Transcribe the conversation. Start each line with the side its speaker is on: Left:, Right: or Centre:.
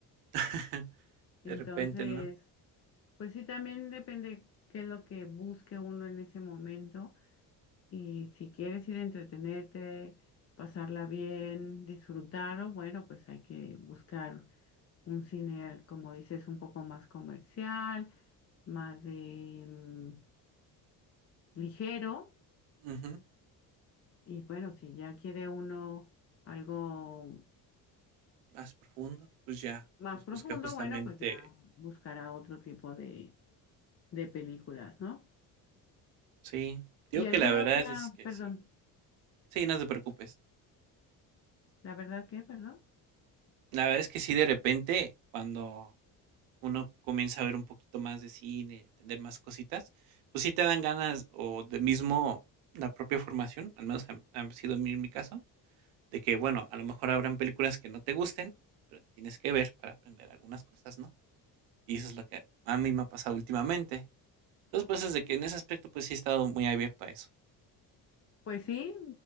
Right: <laughs> De
Left: Entonces,
Right: repente, ¿no?
Left: pues sí, también depende qué es lo que busque uno en ese momento. Y si quieres ir a entretenerte, pasarla bien, disfrutarlo, bueno, pues hay que buscar un cine, como dices, un poco más comercial, más de mm, ligero.
Right: Ujú,
Left: Y bueno, si ya quiere uno algo
Right: Más profundo. Pues ya,
Left: más
Right: pues
Left: profundo,
Right: busca justamente.
Left: bueno, pues ya buscará otro tipo de, de películas, ¿no?
Right: Sí.
Left: Y
Right: Digo
Left: alguna
Right: que la verdad
Left: otra,
Right: es que
Left: perdón,
Right: sí. Sí, no te preocupes.
Left: la verdad que, perdón.
Right: La verdad es que sí, de repente, cuando uno comienza a ver un poquito más de cine, entender más cositas, pues sí te dan ganas o de mismo la propia formación, al menos ha, ha sido en mi en mi caso, de que, bueno, a lo mejor habrán películas que no te gusten, pero que tienes que ver para aprender algunas cosas, ¿no? Y eso es lo que a mí me ha pasado últimamente. Entonces, pues es de que en ese aspecto, pues sí he estado muy abierto a eso.
Left: Pues sí,